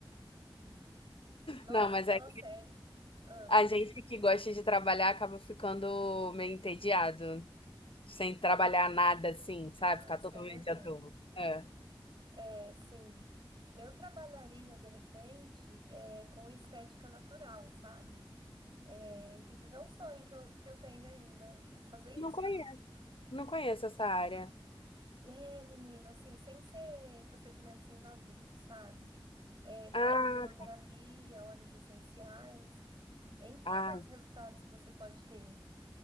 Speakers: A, on the right; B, on the left.
A: Nossa,
B: Não, mas
A: aquela
B: aí
A: série. Ah,
B: A gente que gosta de trabalhar acaba ficando meio entediado, sem trabalhar nada assim,
A: não,
B: sabe? Ficar
A: isso
B: totalmente
A: é verdade.
B: à toa. É.
A: É, sim. Eu trabalharia, de repente, é, com estética natural, sabe? É, inclusive, é um sonho que eu, que eu tenho ainda, fazer isso.
B: Não conheço. Não conheço essa área.
A: É, menina, assim, sem ser procedimentos invasivos, sabe? É, com
B: Ah,
A: argiloterapia, óleos essenciais. É incrível
B: ah,
A: os resultados que você pode ter.